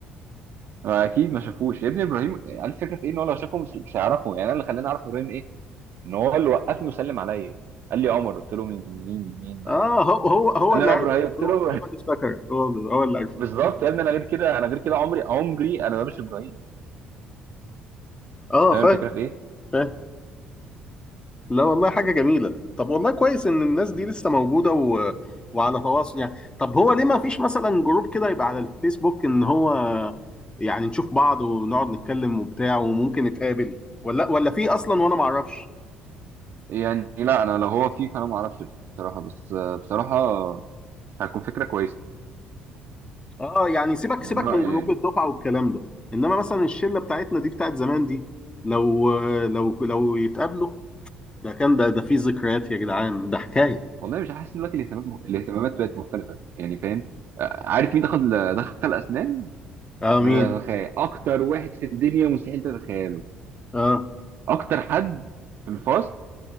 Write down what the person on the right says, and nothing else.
آه، اكيد ما شافوش يا ابني ابراهيم عارف الفكره في ايه ان هو لو شافه مش مش هيعرفه يعني انا اللي خلاني اعرف ابراهيم ايه ان هو اللي وقفني وسلم عليا قال لي يا عمر قلت له مين مين مين معايا
قال
لي انا
ابراهيم قلت
له
<laughs>
بالظبط يا ابني انا غير كده انا غير كده عمري عمري انا ما مش ابراهيم
فاهم
الفكره في ايه
يعني لا انا لو هو فيه فانا ما اعرفش بصراحه بس آه، بصراحه هتكون فكره كويسه
من
رايي
يعني
والله مش حاسس إن دلوقتي الاهتمامات مخ... الاهتمامات بقت مختلفه يعني فاهم آه، عارف مين دخل دخل اسنان
مش هتتخيل اكتر واحد في الدنيا مستحيل تتخيله
اكتر حد في الفصل